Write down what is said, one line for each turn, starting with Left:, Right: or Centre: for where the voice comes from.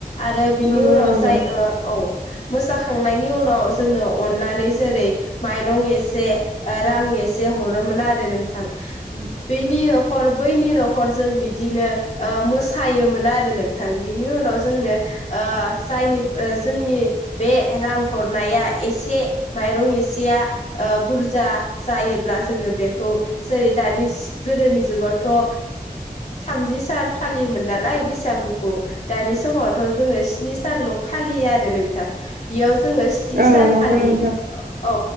Left: आरो बिनि
Right: नंगौ
Left: उनाव
Right: नंगौ
Left: जाय औ मोसाखांनायनि उनाव जोंनो अननानै जेरै माइरं एसे रां ए से हरोमोन आरो नोंथां बेनि न'खर बैनि न'खर जों बिदिनो ओ मोसायोमोन आरो नोंथां बिनि उनाव जोंनो ओ जायनि जोंनि बे रां हरनाया एसे माइरं एसेया ओ बुरजा जायो ब्ला जोङो बेखौ जेरै दानि गोदोनि जुगावथ' ओ थामजि सान फालियोमोन नालाय बैसागुखौ दानि समावथ' जोङो स्नि सानल' फालियो आरो नोंथां बेयाव जोङो स्नि
Right: औ
Left: सानखालि
Right: नंगौ नोंथां
Left: औ